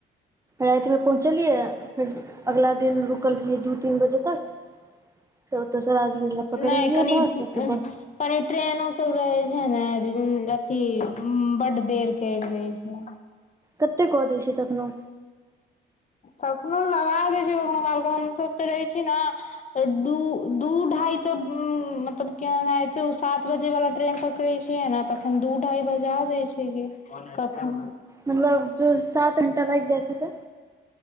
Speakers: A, on the right; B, on the left.
A: रातिमे पहुँचलियै फेर अगिला दिन रुकल रहियै दू तीन बजे तक फेर ओतऽसँ राजगीर लए पकड़लियै
B: नहि कनि
A: बस फेर
B: कनि
A: बस सँ
B: ट्रेनो सब रहे छै ने अथी बड्ड देर कर दै छै
A: कतेक कऽ दै छै तखनो
B: कखनो लगा दै छै काखनो काल क हमसभ तऽ रहै छी ने दू दू ढाई तऽ मतलब केना सात बजे वाला ट्रेन पर पकड़े छिय ने तखन दू ढाइ बजा दै छै की कखनो
A: मतलब जो सात घण्टा लागि जाइत हते